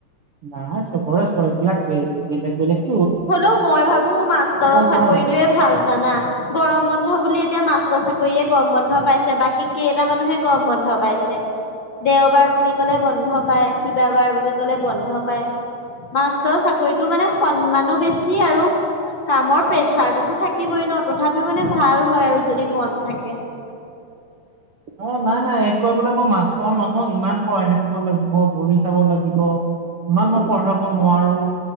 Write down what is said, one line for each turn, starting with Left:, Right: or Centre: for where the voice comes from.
Right: নাই চবৰে চয়চবিলাক ব বেলেগ বেলেগ।
Left: হ'লেও মই ভাবো মাষ্টৰৰ চাকৰিটোয়ে
Right: নোৱাৰো।
Left: ভাল জানা। গৰম বন্ধ বুলি এতিয়া মাষ্টৰ চাকৰিয়ে গৰম বন্ধ পাইছে, বাকী কেইটা মানুহে গৰম বন্ধ পাইছে। দেওবাৰ বুলি ক'লে বন্ধ পায়, কিবাবাৰ বুলি ক'লে বন্ধ পায়। মাষ্টৰ চাকৰিটো মানে সন্মানো বেছি আৰু কামৰ প্ৰেচাৰটোতো থাকিবই ন' তথাপিও মানে ভাল হয়, আৰু যদি মন থাকে।
Right: অ', নাই নাই এক কৰিবলৈ মই মাষ্টৰ নহয় ইমান পঢ়াই থাকিব লাগিব বহি চাব লাগিব। ইমান মই পঢ়াব নোৱাৰো।